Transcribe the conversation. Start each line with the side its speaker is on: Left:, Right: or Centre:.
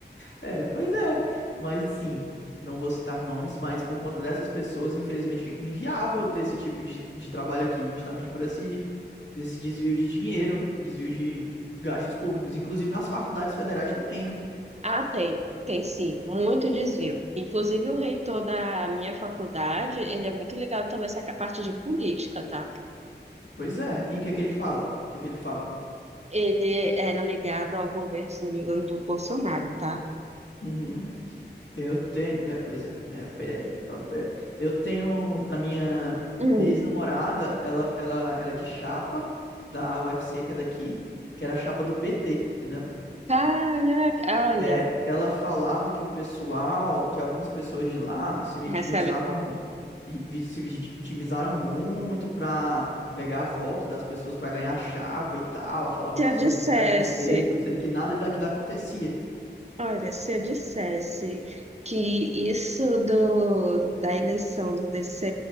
Left: É, pois é. Mas assim, não vou citar nomes, mas por conta dessas pessoas, infelizmente, fica inviável ter esse tipo de, de trabalho aqui, justamente por esse, esse desvio de dinheiro, desvio de, de gastos públicos, inclusive nas faculdades federais também, né?
Right: Ah, tem, tem sim, muito desvio. Inclusive, o reitor da minha faculdade, ele é muito ligado também a essa parte de política, tá?
Left: Pois é. E o que é que ele fala? O que é que ele fala?
Right: Ele era ligado ao governo, se não me engano, do Bolsonaro, tá?
Left: Uhum. Eu tenho, é, pois é, é o PL, tal do PL. Eu tenho a minha,
Right: Hum,
Left: minha ex-namorada, ela, ela era de chapa da UFC, que é daqui, que era a chapa do PT, entendeu?
Right: caraca, olha,
Left: É, ela falava que o pessoal, que algumas pessoas de lá se vitimizavam,
Right: recebe.
Left: vi- vi- se vit- vitimizaram muito pra pegar a volta das pessoas pra ganhar chapa e tal, falavam
Right: Se
Left: que
Right: eu dissesse,
Left: sofriam preconceito, sendo que nada daquilo acontecia.
Right: olha, se eu dissesse que isso do, da eleição do DCE